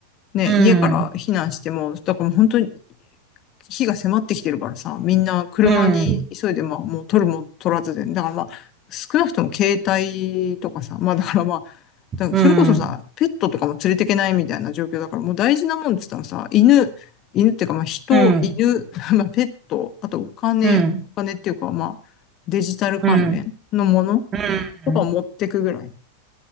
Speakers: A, on the left (about 35°); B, on the right (about 25°).
A: う、ね、
B: うん。
A: 家から避難しても、だからもう本当に、火が迫ってきてるからさ、みんな車に急いで、
B: うん。
A: まあ、もう取るも取らずで、だからまあ、少なくとも携帯とかさ、まあだからまあ、だからそれこそさ、
B: うん。
A: ペットとかも連れていけないみたいな状況だから、もう大事なもんって言ったらさ、犬、犬っていうかまあ人、
B: うん、
A: 犬、<laughs> まあペット、あとお金、
B: うん、
A: お金っていうかまあ、デジタル関連のもの
B: うん、う
A: とか持ってくぐらい。
B: ん、